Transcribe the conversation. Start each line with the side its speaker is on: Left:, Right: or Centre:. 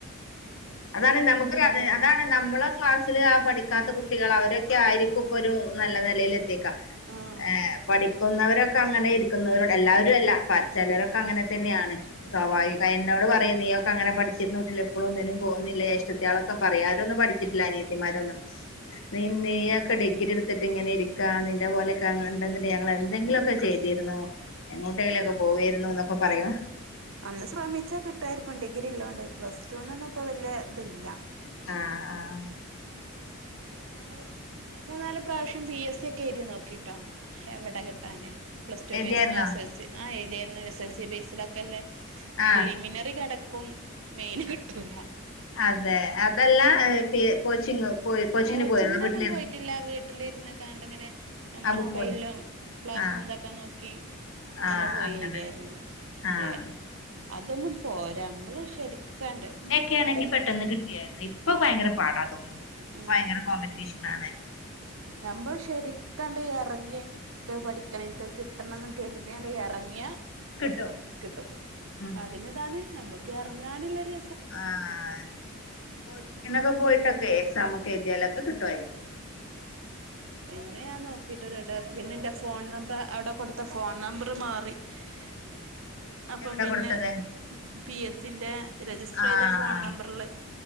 Right: അപ്പോ ഞമ്മക്കൊരു
Left: അതാണ്
Right: അത്ഭുതം
Left: നമുക്കൊരു
Right: ഉണ്ടാവല്ലോ
Left: അത് അതാണ് നമ്മളെ ക്ലാസ്സില് ആഹ് പഠിക്കാത്ത കുട്ടികൾ അവരൊക്കെ ആയിരിക്കും ഇപ്പോരു നല്ല നെലയിൽ ത്തിക്ക
Right: ആഹ്
Left: ഏഹ് പഠി ക്കുന്നവരൊക്കെ അങ്ങനെ ഇരിക്കുന്നവരുണ്ട് എല്ലാവരും അല്ല പ ചിലരൊക്കെ അങ്ങനെ തന്നെയാണ്
Right: ഉം
Left: സ്വാഭാവി എന്നോട് പറയും നീ ഒക്കെ അങ്ങനെ പഠിച്ചിരുന്നുട്ടിലും ഇപ്പോളൊന്നിനും പോകുന്നില്ലേ ജേഷ്ഠത്തി യാളൊക്കെ പറയാ ആരൊന്നും പഠിച്ചിട്ടില്ല അനിയത്തിമാരൊന്നും
Right: ഉം
Left: നീ നീയൊക്കെ ഡിഗ്രി എടുത്തിട്ട് ഇങ്ങനെ ഇരിക്കാ നിന്റെ പോലൊക്കെ ഞങ്ങൾ ഉണ്ടങ്കിൽ ഞങ്ങൾ എന്തെങ്കിലും ഒക്കെ ചെയ്തിരുന്നു എങ്ങോട്ടയിലൊക്കെ പോവായിരുന്നു ന്നൊക്കെ പറയും
Right: ഒന്ന് ശ്രമിച്ചാ കിട്ടുവാര്ക്കും ഡിഗ്രി ഇല്ലോണ്ട് പ്ലസ് ടു ഒന്നും ഇപ്പ വലിയ ഇതില്ല
Left: ആഹ് ആഹ്
Right: പിന്നെ ഞാന് മൂന്നാല് പ്രാവശ്യം പി എസ് സി ഒക്കെ എയുതി നോക്കി ട്ടോ എവിടെ കിട്ടാന് പ്ലസ്ടു
Left: എഴുതിയായിരുന്നോ
Right: ബേസ് എസ് എൽ സി ആഹ് എഴുതിരുന്നു എസ് എൽ സി ബേസിലൊക്കെ ല്ലേ പ്രിലിമിനറി
Left: ആഹ്
Right: കടക്കും മെയിന് കിട്ടൂല
Left: അതെ അതെല്ലാം ഏഹ് പേ കോച്ചിങ് പോയി കോച്ചിങ്ങിന്
Right: കോച്ചിങ്ങിനൊന്നും
Left: പോയിരുന്നു വീട്ടിലേന്ന്
Right: പോയിട്ടില്ല വീട്ടില് ഇരുന്ന് കാണ്ടിങ്ങനെ നമ്മള്
Left: ആ ബുക്ക്
Right: മൊബൈലും
Left: പോയി
Right: ക്ലാസ്സ്
Left: ആഹ്
Right: എന്താക്കാൻ നോക്കി അങ്ങനെ
Left: ആഹ്
Right: പോയി
Left: അങ്ങനെ
Right: എഴുതിയാര്ന്നു
Left: ആഹ്
Right: ലെ അതൊന്നും പോരാ നമ്മള് ശരിക്കാണ്ട്
Left: ക്കെ ആണെങ്കിൽ പെട്ടെന്ന് കിട്ടിയായിരുന്നു ഇപ്പ
Right: ഉം
Left: ഭയങ്കര പാടാ തോന്നും
Right: ഉം
Left: ഭയങ്കര കോമ്പറ്റീഷൻ ആണ്
Right: ഉം നമ്മൾ ശരി ക്കണ്ട് എറങ്ങി എൻക്ക് പഠിക്കണം എൻക്ക് കിട്ടണം എന്ന് കരുതിയണ്ട് എറങ്ങിയ
Left: കിട്ടും
Right: കിട്ടും
Left: ഉം
Right: അതിന് ഇതാണ് നമ്മക്ക് എറങ്ങാനുള്ളരു
Left: ആഹ് കോച്ചിങ്ങ്നൊക്കെ പോയിട്ടൊക്കെ എക്സാം ഒക്കെ എഴുതിയാലൊക്കെ കിട്ടുവായിരിക്കും
Right: ഉം പിന്നെ ഞാൻ നോക്കിട്ട് ഒരട്ടം പിന്നെ എന്റെ ഫോൺ നമ്പർ അവിടെ കൊടുത്ത ഫോൺ നമ്പർ മാറി <unintelligible> അപ്പം
Left: എവിടെ
Right: പിന്നെ
Left: കൊടുത്തത്
Right: പി എസ് സിന്റെ രജിസ്റ്റർ
Left: ആഹ്
Right: ചെയ്ത ഫോൺ നമ്പറില്